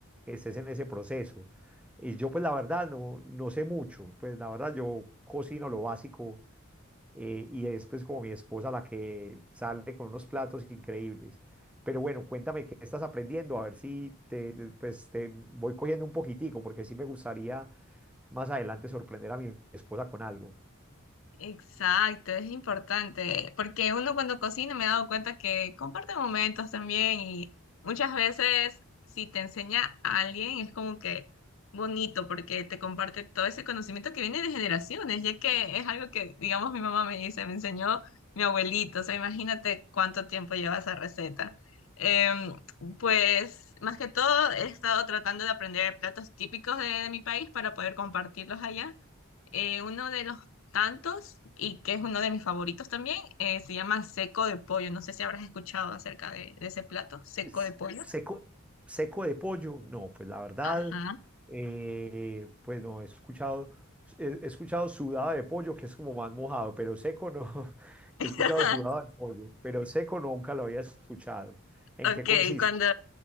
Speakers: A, in the centre; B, on the left.
A: estés en ese proceso. Y yo pues la verdad no, no sé mucho, pues la verdad yo cocino lo básico eh, y es pues como mi esposa la que sale con unos platos increíbles. Pero bueno, cuéntame qué estás aprendiendo, a ver si te, pues, te voy cogiendo un poquitico, porque sí me gustaría más adelante sorprender a mi esposa con algo.
B: Exacto, es importante, porque uno cuando cocina me he dado cuenta que comparte momentos también y muchas veces si te enseña a alguien es como que bonito porque te comparte todo ese conocimiento que viene de generaciones, ya que es algo que, digamos, mi mamá me dice, me enseñó mi abuelito, o sea, imagínate cuánto tiempo lleva esa receta. Em, pues más que todo he estado tratando de aprender platos típicos de de mi país para poder compartirlos allá eh, uno de los tantos, y que es uno de mis favoritos también, eh, se llama seco de pollo. No sé si habrás escuchado acerca de, de ese plato, seco
A: S-
B: de pollo.
A: Seco, seco de pollo, no, pues la verdad,
B: Ajá.
A: eh, pues no, he escuchado, he, he escuchado sudada de pollo, que es como más mojado, pero seco no, <laughs>
B: <laughs>
A: he escuchado sudada de pollo, pero seco nunca lo había escuchado. ¿En
B: Ok,
A: qué consiste?
B: cuando,